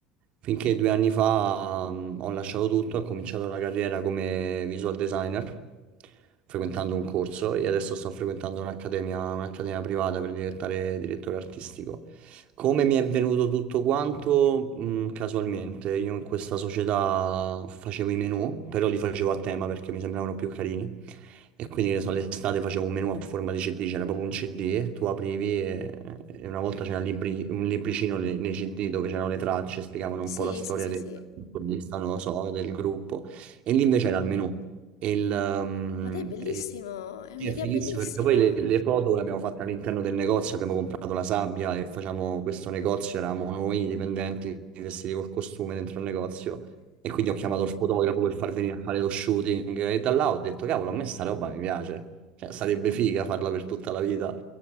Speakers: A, on the right; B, on the left.
A: finché due anni fa mm, ho lasciato tutto, ho cominciato la carriera come visual designer, frequentando un corso e adesso sto frequentando un'accademia, un'accademia privata per diventare direttore artistico. Come mi è venuto tutto quanto? Mm, casualmente, io in questa società facevo i menu, però li facevo a tema perché mi sembravano più carini. E quindi, che ne so, l'estate facevo un menu a forma di CD, c'era proprio un CD, tu aprivi e, e una volta c'era libri- un libricino le- nei CD dove c'erano le tracce, spiegavano
B: Sì,
A: un po' la storia
B: sì, sì,
A: del
B: sì.
A: protagonista, non lo so, del gruppo. E lì invece era il menu. E il, um,
B: Ma dai, è bellissimo,
A: e
B: è un'idea
A: sì, È fighissimo
B: bellissima.
A: perché poi le, le foto le abbiamo fatte all'interno del negozio, abbiamo comprato la sabbia e facciamo questo negozio, eravamo noi i dipendenti vestiti col costume dentro il negozio e quindi ho chiamato il fotografo per far venire a fare lo shooting e da là ho detto cavolo a me sta roba mi piace, cioè sarebbe figa farla per tutta la vita